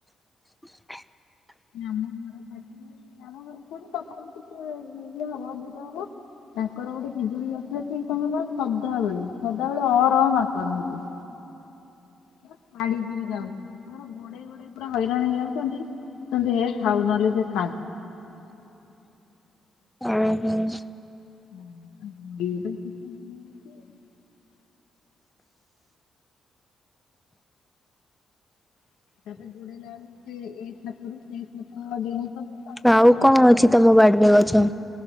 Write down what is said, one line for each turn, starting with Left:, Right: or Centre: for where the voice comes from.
Centre: <inaudible>
Left: ଆମ ଘର ପାଖରେ ଆମ ଘରକୁ ତପମ ଟିକେ ଇଏ ହବ ଦୂର ହବ। ତାଙ୍କର ଗୋଟେ ବିଜୁଳି ଗଛ ଅଛି ହେ ସେ ତାଙ୍କ ସଦାବେେଳେ ସଦାବେଳେ ଅ ରଅ ମାଙ୍କଡ ହେଇଛି।
Centre: <inaudible>
Left: <unintelligible> ମୋର ଗୋଡେଇ ଗୋଡେ ପୁରା ହଇରାଣ ହେଇଯାଉଛନ୍ତି ହେ ଖାଉ ନହେଲେ ସେ ଖାଆନ୍ତି।
Centre: <inaudible> ଓ ହୋଁ।
Left: <unintelligible> <unintelligible> ପାଖରେ
Centre: ଆଉ
Left: ଘର
Centre: କଣ
Left: ଗୁରା
Centre: ଅଛି ତମ ବାଡି ରେ ଗଛ?